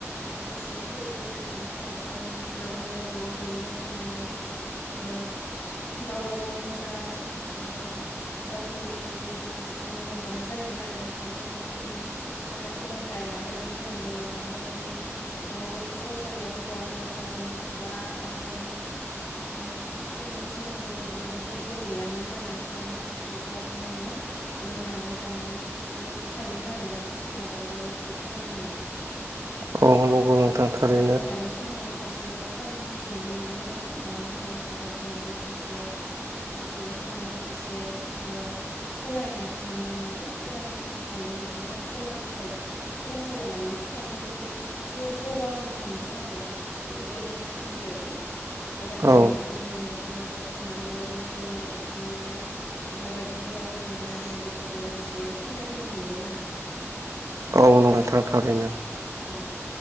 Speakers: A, on the left (about 60°); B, on the right (about 85°).
A: माखासे फोरबो फालिनायफोरावबो बेफोरावबो ज' ज'यैनो थानानै ओ गावबा गावनि जा ओ राजिनि उदै बेखौ सुफुंनो मोनबानो जायोमोन आरो नाथाय गथ'फोरनि थाखाय सोलोंथाइ माबायदि होनांगौ माबायदि ओ माबायदि फरायसालियाव होबा मोजां जागोन गथ'आ माबायदि ओ फरायनो थिननांगौ बेफोरबायदि जेबो गैयामोन आरो गा माखासे गाव गावनो लोंनानै जानानै बि फोरबायदि थायोमोन आरो न'खरफोराव दावराव दावसि खालामनानै
B: औ नंगौ नोंथां थारैनो
A: नाथाय दानि समाव एसे खमखौ नुनो मोनदों आरो मानो होनोब्ला जोंनि माखासे ओ सुबुंफोरानो एसे ओ सोलायनायखौ नुनो मोनबाय फरायनायनि बिथिङाव आरो सोलोंथाइ। सोलोंथाइ लानायनि थाखायनो बेफोर एसे जौगाबोनो हमदों आरो। बे गोदोनि समनि बायदि। बेफोरबायदि
B: औ
A: गुबुननि नखर नखर थांनानै लोंथिंनाय जाबथिंनाय बेफोरबायदि। जुवा गेलेनाय बेफोरो एसे खमायबोनो हमदों आरो।
B: औ नोंथां थारैनो।
A: ओम